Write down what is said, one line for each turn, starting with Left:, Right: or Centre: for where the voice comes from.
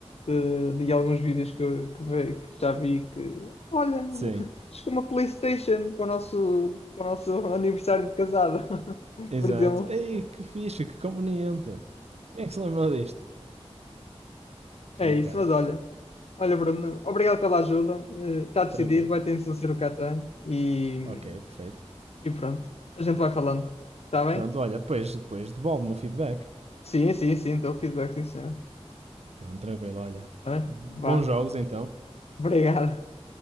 Left: de, de alguns vídeos que, eu- que, ve- que já vi que, olha,
Right: Sim.
Left: <laughs> chegou uma PlayStation para o nosso, para o nosso <laughs> aniversário de casado, <laughs>
Right: Exato.
Left: por exemplo.
Right: Ei, que fixe, que conveniente. Quem é que se lembrou disto?
Left: É
Right: Por
Left: isso,
Right: acaso.
Left: mas olha, olha, Bruno, obrigado pela ajuda. Está decidido,
Right: Tranquilo.
Left: vai ter de ser o Catan e,
Right: Ok, perfeito.
Left: e pronto, a gente vai falando. Está bem?
Right: Pronto, olha, depois, depois devolve-me o feedback.
Left: Sim, sim, sim, dou feedback, sim, senhor.
Right: Pronto, tranquilo, olha.
Left: Está bem?
Right: Bons
Left: Vá.
Right: jogos então.
Left: Obrigado.